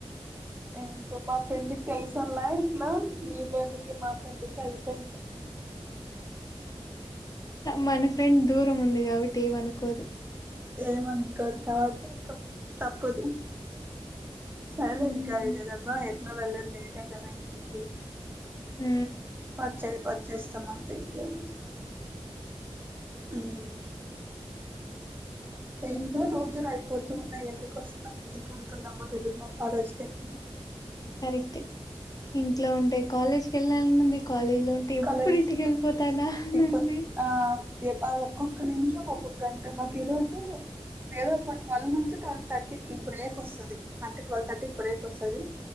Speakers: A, on the right; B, on the left.
A: ఇంకో పాప ఫ్రెండ్ కి తెలుసల్ల అలా ఇట్లా మీ ఫ్రెండ్ కి మా ఫ్రెండ్ కి అయిపోయి ఇంగా
B: మన ఫ్రెండ్ దూరం ఉంది కాబట్టి ఏమనుకోదు
A: ఏమనుకోదు పాపం అకో తప్పదు సరలేే
B: హ్మ్
A: ఇంకా అదదబ్బా ఎట్లా వెళ్ళంది లేటే కదా ఇంటికి
B: ఊ
A: వచ్చే వచ్చేస్తున్న అంతే ఇంక ఏముంది మ్ ఏందుకో పోతురు అయిపోతూ ఉన్నాయి ఎందుకు వస్తున్నాం ఎందుకు వెళ్తున్నామో తెలీదు మా కాలేజీకి అయితే మేము
B: కరెక్ట్ ఇంట్లో ఉంటే కాలేజ్కి వెళ్ళాలి ఉంది కాలేజ్ లో ఉంటే అ ఎప్పుడు
A: కాలేజ్
B: ఇంటికి వెళ్ళిపోతానా అని
A: ఇప్పు
B: అంది
A: ఆ ఇగ ఒక్కొక్క నిమిషం ఒక్కొక్క గంట మాకు ఈరోజు వేదోపు ట్వెల్వ్ నుంచి ట్వెల్వ్ థర్టీకిి బ్రేక్ వస్తది అంటే ట్వెల్వ్ థర్టీ బ్రేక్ వస్తది